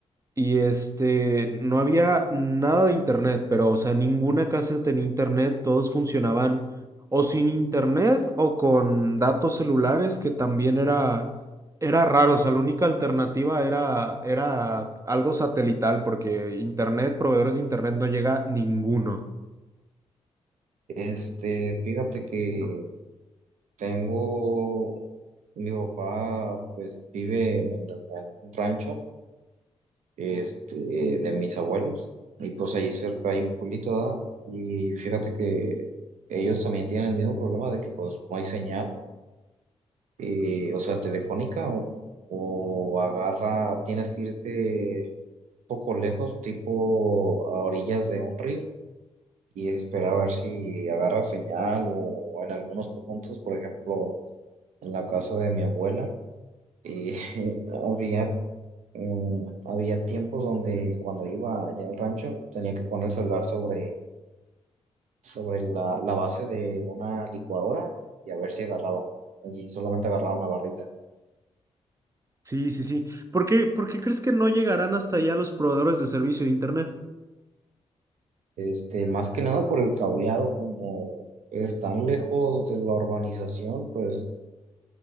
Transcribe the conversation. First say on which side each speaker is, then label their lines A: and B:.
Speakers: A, on the right; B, on the right.
A: Y este, no había nada de internet, pero, o sea, ninguna casa tenía internet, todos funcionaban o sin internet o con datos celulares, que también era, era raro, o sea, la única alternativa era, era algo satelital, porque internet, proveedores de internet no llega ninguno.
B: Este, fíjate que tengo, mi papá pues vive en, en un rancho, este, de mis abuelos y pues ahí cerca hay un pueblito, ¿da? Y fíjate que ellos también tienen el mismo problema de que pues no hay señal, eh, o sea, telefónica o, o agarra, tienes que irte un poco lejos, tipo a orillas de un río y esperar a ver si agarra señal o en algunos puntos, por ejemplo, en la casa de mi abuela, eh, <laughs> había, mm, había tiempos donde cuando iba allá al rancho tenía que poner el celular sobre, sobre la, la base de una licuadora y a ver si agarraba, y solamente agarraba una barrita.
A: Sí, sí, sí. ¿Por qué, por qué crees que no llegarán hasta allá los proveedores de servicio de internet?
B: Este, más que nada por el cableado, como están lejos de la urbanización, pues